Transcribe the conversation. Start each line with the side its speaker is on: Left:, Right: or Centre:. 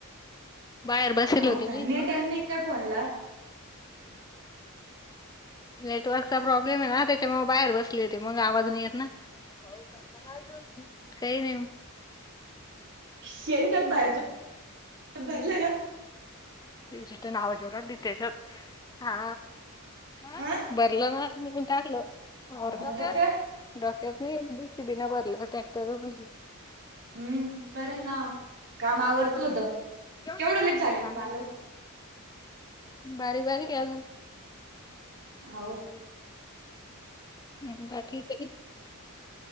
Left: बाहेर बसेल
Right: हो
Left: होती
Right: का
Left: मी
Right: नेट नाही का फोन ला
Left: नेटवर्कचा प्रॉब्लेम आहे ना त्यांच्यामुळे बाहेर बसले ते मग आवाज नाही येत ना हो का अजून मग काही नाही
Right: शेंगदाणे बाहेरच <unintelligible> भरलं ना
Left: जष्ट नाव जोर ल त तेज हा ह
Right: अ
Left: बरल ना मुटालं
Right: हो डोक्यावर
Left: <unintelligible> भरलं ट्रॅक्टर <unintelligible>
Right: हम्म बरं ना काम आवरतो होत
Left: बारीक
Right: केवढं लेट झाले मग मला
Left: बारीक बारीक आहे आजून
Right: हावू क
Left: ह <unintelligible> बाकी ठीक